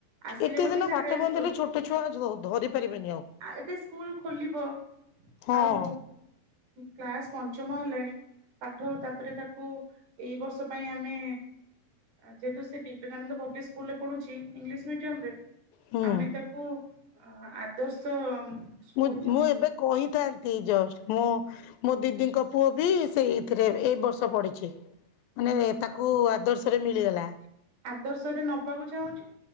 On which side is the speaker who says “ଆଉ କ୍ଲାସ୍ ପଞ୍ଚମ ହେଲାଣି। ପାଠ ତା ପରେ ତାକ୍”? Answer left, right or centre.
Right